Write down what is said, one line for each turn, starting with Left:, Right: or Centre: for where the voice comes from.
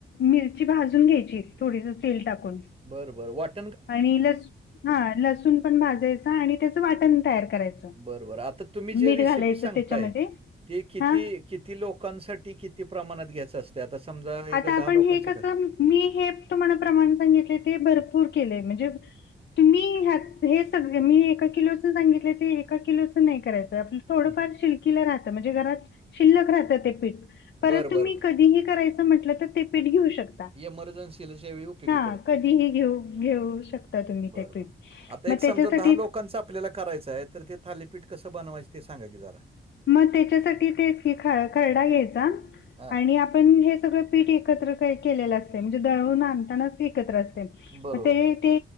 Left: मिरची भाजून घ्यायची, थोडीस तेल टाकून.
Right: बरं बरं वाट
Left: आणि लस हां लसूण पण भाजायचा आणि त्याचं वाटण तयार करायचं.
Right: बरबर आता तुम्ही जे
Left: मीठ
Right: रेसिपी
Left: घालायचं
Right: सांगताय,
Left: त्याच्यामध्ये
Right: ते किती
Left: हा
Right: किती लोकांसाठी, किती प्रमाणात घ्यायचं असत? आता समजा एक
Left: आता
Right: दहा
Left: आपण
Right: लोकांचं
Left: हे कसं
Right: क
Left: मी हे तुम्हाला प्रमाण सांगितलय, ते भरपूर केलेय म्हणजे तुम्ही ह्यात हे सग, मी एका किलोच सांगितलं, ते एका किलोचं नाही करायचं. ते आपल थोडंफार
Right: हं.
Left: शिल्कीला राहतं, म्हणजे घरात शिल्लक राहतं ते पीठ. परत
Right: बर
Left: तुम्ही
Right: बर बर
Left: कधीही करायचं म्हटलं तर, ते पीठ घेऊ शक ता,
Right: इमर्जन्सीच्या वेळी उपयोगी
Left: हा
Right: पडते
Left: कधीही घेऊ- घेऊ शकता तुम्ही
Right: बरं,
Left: ते पीठ.
Right: बरं. आता
Left: मग
Right: एक समजा
Left: त्याच्यासाठी
Right: दहा लोकांचं आपल्याला करायचं आहे, तर ते थालीपीठ कसं बनवायचं, ते सांगा की जरा.
Left: मग त्याच्यासाठी तेच की, खरडा घ्यायचा
Right: हां,
Left: आणि आपण हे सगळ पिठ एकत्र काय-केलेले असत म्हणजे दळून आणतानाच एकत्र असते, म
Right: बरोबर.
Left: ते ते